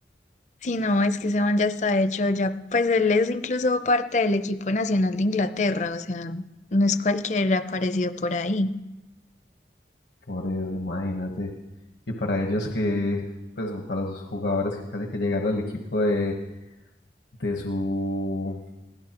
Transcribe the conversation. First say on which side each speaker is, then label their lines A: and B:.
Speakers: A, on the left; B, on the left.
A: Sí, no, es que ese man ya está hecho, ya, pues él es incluso parte del equipo nacional de Inglaterra, o sea, no es cualquier aparecido por ahí.
B: Por eso, imagínate. Y para ellos que, pues o para los jugadores que casi que llegaron al equipo de de su,